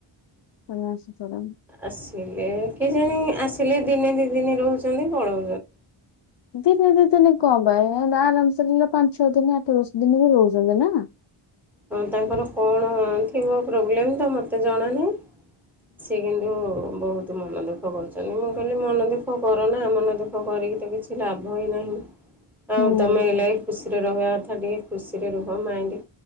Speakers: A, on the left; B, in the centre.
A: ତିନି ମାସକୁ ଥରେ।
B: ଆସିଲେ କେଜାଣି ଆସିଲେ ଦିନେ ଦି ଦିନ ରହୁଛନ୍ତି ପଳଉ
A: ଦିନେ ଦିଦିନ କମ୍ <unintelligible> ଆରାମ୍ସେରେ ପାଞ୍ଚ ଛଅ ଦିନ ଆଠ ଦଶ ଦିନ ବି ରହୁଚନ୍ତି ନା?
B: ହଁ ତାଙ୍କର କଣ କି ମୋ ପ୍ରୋବ୍ଲେମ୍ ତ ମୋତେ ଜଣାନାହିଁ ସିଏ କିନ୍ତୁ ବହୁତ୍ ତୁ ମନ ଦୁଃଖ କରୁଚନ୍ତି, ମୁଁ କହିଲି ମନ ଦୁଃଖ କରନା ମନ ଦୁଃଖ କରିକି ତ କିଛି ଲାଭ ହିଁ ନାହିଁ। ହଁ
A: ହୁଁ ହୁଁ।
B: ତମେ ଏଇ ଲାଗି ଖୁସିରେ ରହିବା କଥା ଟିକେ ଖୁସିରେ ରୁହ ମାଇଣ୍ଡ